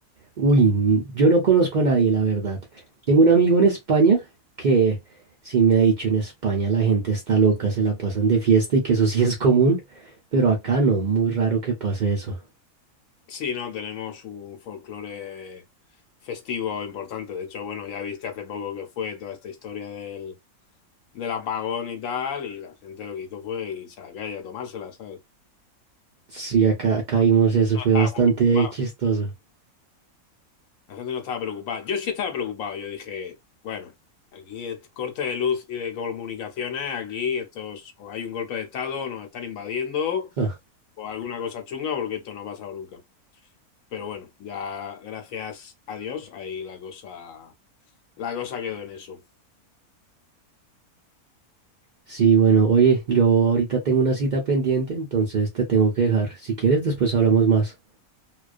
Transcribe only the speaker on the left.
Sí, no, tenemos un folclore festivo importante. De hecho, bueno, ya viste hace poco que fue toda esta historia del, del apagón y tal, y la gente lo que hizo fue irse a la calle a tomársela, ¿sabes?
No
estaba
muy preocupado.
La gente no estaba preocupada. Yo sí estaba preocupado. Yo dije, bueno, aquí es corte de luz y de comunicaciones, aquí estos, o hay un golpe de estado, nos están invadiendo,
o alguna cosa chunga, porque esto no ha pasado nunca. Pero bueno, ya gracias a Dios, ahí la cosa, la cosa quedó en eso.